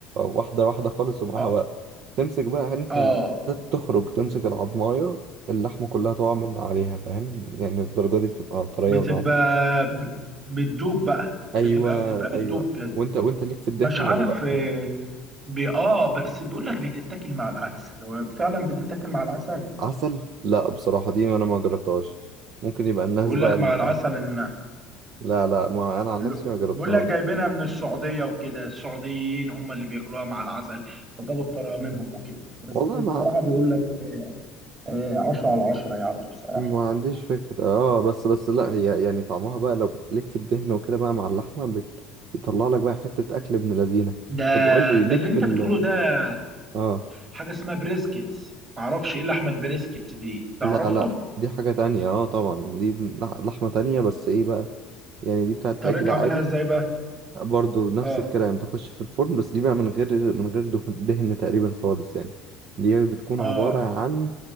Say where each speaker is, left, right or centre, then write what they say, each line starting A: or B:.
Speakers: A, on the right; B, on the right.
A: واحدة واحدة خالص ومعاها
B: اه
A: وقت تمسك بقى انت
B: اه
A: ال... تخرج تمسك العضماية اللحمة كلها تقع من عليها فاهم يعني الدرجة دي بتبقى طرية
B: بتبقى
A: وناعمة
B: ب- بتدوب بقى
A: ايوه
B: بتبقى بتبقى بتدوب
A: ايوه
B: كده
A: وانت وانت ليك في الدهن
B: مش عارف
A: ولا لأ؟
B: آه، بي اه بس بيقول لك بتتاكل مع العسل هو فعلا بتتاكل مع العسل
A: عسل لا بصراحة دي انا ما جربتهاش ممكن يبقى الناس
B: بيقول
A: بقى
B: لك
A: ال...
B: مع العسل ان
A: لا لا ما انا عن
B: اللو-
A: نفسي ما جربتهاش
B: بقول لك جايبينها من السعودية وكده السعوديين هم اللي بياكلوها مع العسل فجابوا الطريقة منهم وكده بس
A: والله
B: بصراحة
A: ما
B: بيقول لك آه، عشرة على عشرة يعني بصراحة
A: ما عنديش فكرة اه بس بس لا هي يعني طعمها بقى لو ليك في الدهن وكده بقى مع اللحمة بت- بيطلع لك بقى حتة أكل ابن لذينة
B: ده
A: طب قول لي
B: ده
A: ليك
B: اللي
A: في
B: انت
A: ال
B: بتقوله ده
A: اه
B: حاجة اسمها بريسكيتس معرفش ايه اللحمة البريسكيتس دي تعرفها
A: لا لا دي حاجة تانية اه طبعا دي لح- لحمة تانية بس ايه بقى يعني دي بتاعت
B: طريقة
A: عجل عادي
B: عملها ازاي بقى
A: برضو نفس
B: اه
A: الكلام تخش في الفرن بس دي بقى من غير من غير دهن دهن تقريبا خالص يعني دي بتكون
B: اه
A: عبارة عن